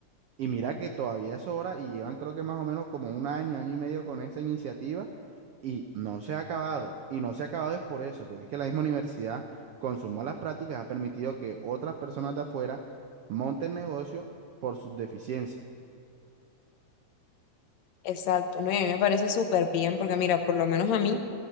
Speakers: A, on the right; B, on the left.
A: Y mira que todavía es hora y llevan creo que más o menos como un año, año y medio con esa iniciativa y no se ha acabado. Y no se ha acabado es por eso, porque es que la misma universidad con sus malas prácticas ha permitido que otras personas de afuera monten negocio por sus deficiencias.
B: Exacto, no, y a mí me parece súper bien, porque mira, por lo menos a mí